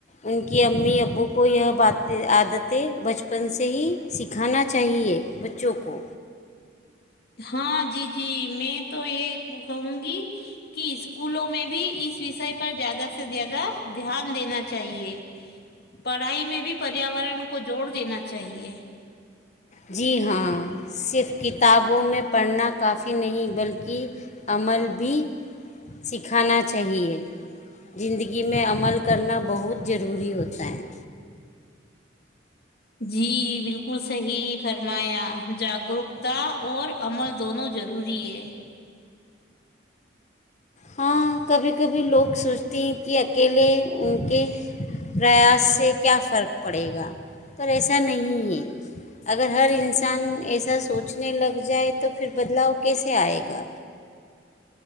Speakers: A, on the left; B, on the left.
A: ان کی امی ابو کو یہ ب عادتیں بچپن سے ہی سکھانا چاہیے چوکو
B: ہاں جی جی جی میں تو یہ بکھؤوں گی کہ اسکولوں میں بھی اس وشے پر زیادہ سے زیادہ دھیان دینا چاہیے پڑھائی میں بھی پریاورن کو جوڑ دینا چاہیے
A: جی ہاں صرف کتابوں میں پڑھنا کافی نہیں بلکہ عمل بھی سکھانا چاہیے زندگی میں عمل کرنا بہت ضروری ہوتا ہے
B: جی بالکل صحیح فرمایا جاگروک تا اور عمل دونوں ضروری ہے
A: ہاں کبھی کبھی لوگ سوچتے ہیں کہ اکیلے ان کے پریاس سے کیا فرق پڑے گا پر ایسا نہیں ہے اگر ہر انسان ایسا سوچنے لگ جائے تو پھر بدلاؤ کیسے آئے گا